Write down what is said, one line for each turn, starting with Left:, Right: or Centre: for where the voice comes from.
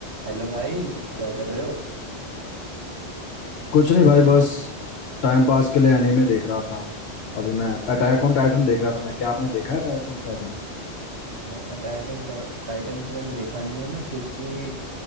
Right: Hello भाई क्या कर रहे हो
Left: कुछ नहीं भाई बस टाइम पास के लिए एनीमे देख रहा था अभी मैं अटैक ऑन टाइटन देख रहा था मैं क्या आपने देखा है अटैक ऑन टाइटन
Right: यार अटैक एंड टाइटन तो मैंने देखा नहीं है ना क्योंकि